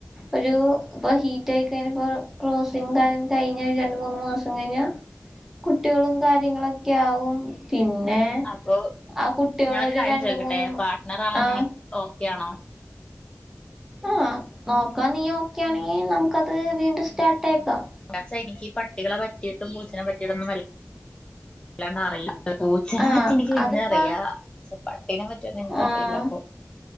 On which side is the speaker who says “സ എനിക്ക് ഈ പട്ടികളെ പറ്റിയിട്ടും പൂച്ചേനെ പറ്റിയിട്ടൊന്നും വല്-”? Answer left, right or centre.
Left